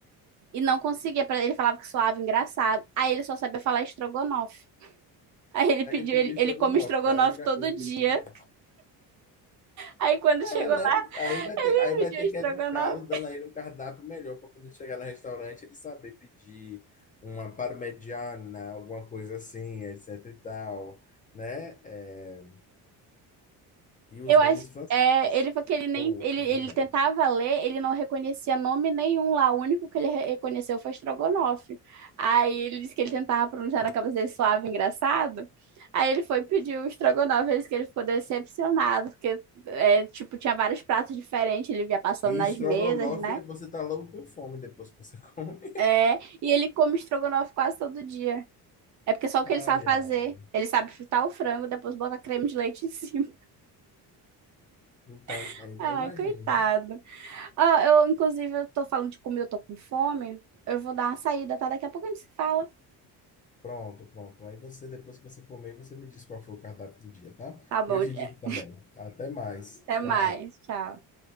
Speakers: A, on the right; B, on the left.
A: e não conseguia, pra- ele falava que soava engraçado. Aí ele só sabia falar estrogonofe. <laughs> Aí ele
B: Aí
A: pediu,
B: ele pediu
A: ele,
B: estrogonofe,
A: ele come estrogonofe
B: que era a única
A: todo
B: coisa que
A: dia.
B: ele queria.
A: Aí quando
B: É,
A: chegou
B: né?
A: lá, <laughs>
B: Aí vai ter,
A: ele
B: aí vai
A: pediu
B: ter
A: estrogonofe.
B: que educá-lo, dando a ele um cardápio melhor para quando ele chegar no restaurante ele saber pedir uma parmegiana, alguma coisa assim, etc e tal, né? É, E os
A: Eu
B: nomes
A: acho,
B: franceses
A: é, ele falou que ele nem,
B: ou
A: ele, ele
B: italianos.
A: tentava ler, ele não reconhecia nome nenhum lá, o único que ele re- reconheceu foi Strogonoff. Aí ele disse que ele tentava pronunciar na cabeça dele suave, engraçado. Aí ele foi pedir o Strogonoff, ele disse que ele ficou decepcionado, porque, é, tipo, tinha vários pratos diferentes, ele via passando
B: E
A: nas
B: estrogonofe,
A: mesas, né?
B: você tá logo com fome depois que você <laughs> come.
A: É, e ele come Strogonoff quase todo dia. É porque só o
B: Ai,
A: que ele sabe fazer.
B: ai.
A: Ele sabe fritar o frango, depois bota creme de leite em cima.
B: Então,
A: <laughs>
B: então
A: Ai,
B: imagine,
A: coitado.
B: né?
A: Ah, eu, inclusive, eu tô falando de comida, eu tô com fome. Eu vou dar uma saída, tá? Daqui a pouco a gente se fala.
B: Pronto, pronto. Aí você, depois que você comer, você me diz qual foi o cardápio do dia, tá?
A: Tá bom,
B: E eu te
A: Jeff.
B: digo também. Até mais.
A: até
B: Tchau.
A: mais. Tchau.